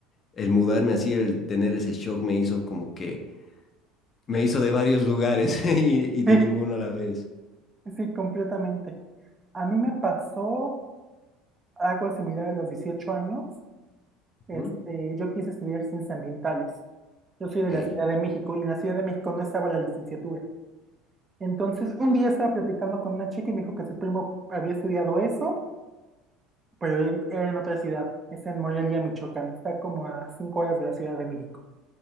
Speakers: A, on the left; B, on the right.
A: el mudarme así, el tener ese shock me hizo como que, me hizo de varios lugares <laughs> y, y de
B: <laughs>
A: ninguno a la vez.
B: Sí, sí, completamente. A mí me pasó algo similar a los 18 años. Este,
A: Ujú.
B: yo quise estudiar ciencias ambientales. Yo soy
A: Ok,
B: de la Ciudad de México y en la Ciudad de México no estaba la licenciatura. Entonces, un día estaba platicando con una chica y me dijo que su primo había estudiado eso, pero en- era en otra ciudad, es en Morelia, Michoacán, está como a cinco horas de la Ciudad de México.